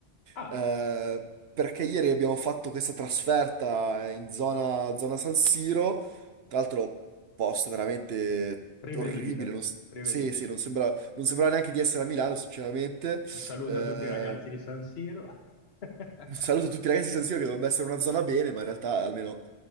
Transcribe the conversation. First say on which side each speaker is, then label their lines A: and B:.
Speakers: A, on the left; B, on the right.
A: Ah,
B: eh, perché ieri abbiamo fatto questa trasferta in zona, zona San Siro, tra l'altro posto veramente
A: rivedibile,
B: orribile, non, s-
A: rivedibile.
B: sì, sì, non sembra, non sembrava neanche di essere a Milano, sinceramente.
A: Un saluto
B: Eh,
A: a tutti i ragazzi di San Siro. <laughs>
B: un saluto a tutti i ragazzi di San Siro che dovrebbe essere una zona bene, ma in realtà almeno